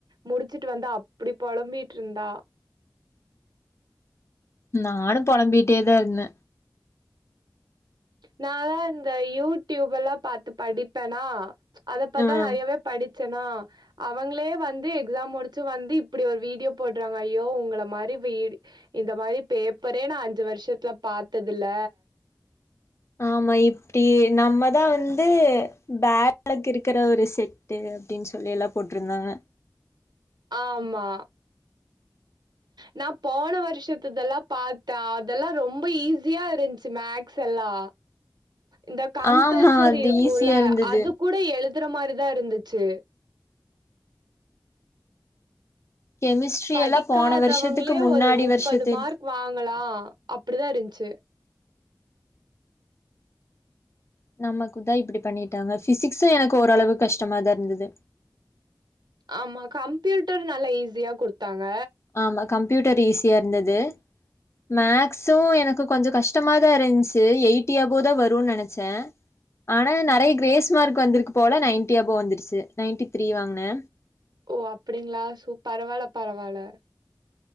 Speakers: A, on the right; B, on the left.
A: முடிச்சிட்டு வந்து அப்படி பொலம்பிட்டுருந்தா
B: நானு பொலம்பிட்டே தா இருந்த
A: நாலா இந்த யூடிப் எல்லா பாத்து படிப்பேன்னா அத ப்பத்துதா
B: ம்
A: நறையவே படிச்சேனா அவங்களே வந்து எக்ஸாம் முடிச்சு வந்து இப்படி ஒரு வீடியோ போட்றாங்க ஐயோ உங்கள மாரி வீடு இந்த மாரி பேப்பரே நா அஞ்சு வருஷதுல பாத்ததுல்ல
B: ஆமா இப்டி நம்மதா வந்து பேக் லக் இருக்கிற ஒரு செட் டே அப்டின் சொல்லி எல்லா போட்ருந்தாங்க
A: ஆமா நா போன வருஷத்துதெல்லா பாத்தே அதெல்லா ரொம்ப ஈஸியா இருந்ச்சி மேக்ஸ் எல்லா இந்த கம்பல்சரி
B: ஆமா அது
A: இருக்குல்ல
B: ஈஸியா இருந்தது
A: அதுகூட எழு துற மாரிதா இருந்ச்சி
B: கெமிஸ்ட்ரி
A: படிக்காதவங்களே
B: எல்லாம் போன வருஷத்துக்கு முன்னாடி
A: ஒரு முப்பது
B: வருஷத்து
A: மார்க் வாங்கலா அப்படிதா இருந்ச்சு
B: நமக்கு தா இப்டி பண்ணிட்டாங்க பிசிக்சு எனக்கு ஓரளவுக் கஷ்டமா தா இருந்தது
A: ஆமா கம்ப்யூட்டர் நல்லா ஈசியா குடுத்தாங்க
B: ஆமா கம்ப்யூட்டர் ஈசியா இருந்தது மேக்சு எனக்கு கொஞ்ச கஷ்டமாதா இருந்ச்சி எயிட்டி அபோ தா வருன் நனச்சே ஆனா நறைய கிரேஸ் மார்க் வந்திருக்கு போல நைன்டி அபோ வந்துருச்சு நைன்டி த்ரீ வாங்னே
A: ஓ அப்டிங்களா சூப் பரவால்ல பரவால்ல